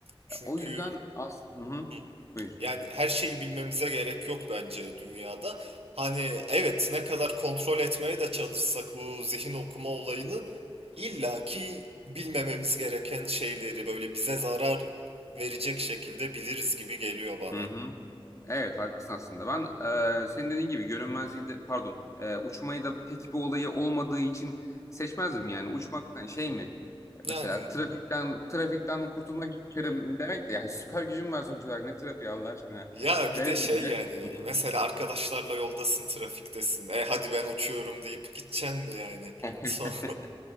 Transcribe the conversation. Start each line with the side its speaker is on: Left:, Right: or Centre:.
Right: Çünkü
Left: O yüzden as hı hı.
Right: hı,
Left: Buyur.
Right: yani her şeyi bilmemize gerek yok bence dünyada. Hani evet ne kadar kontrol etmeye de çalışsak bu zihin okuma olayını illaki bilmememiz gereken şeyleri böyle bize zarar verecek şekilde biliriz gibi geliyor bana.
Left: Hı hı. Evet haklısın aslında. Ben e, senin dediğin gibi görünmezliği de pardon e, uçmayı da pek bir olayı olmadığı için seçmezdim yani. Uçmak hani şey mi? E,
Right: Yani
Left: Mesela trafikten trafikten kurtulmak için demek de yani süper gücüm var sonuç olarak ne trafiği Allah aşkına.
Right: Ya
Left: Garip
Right: bir de şey
Left: olacak.
Right: yani
Left: Hı
Right: mesela arkadaşlarla yoldasın trafiktesin. E hadi ben uçuyorum deyip gideceksin mi yani?
Left: hı.
Right: Son...
Left: <laughs>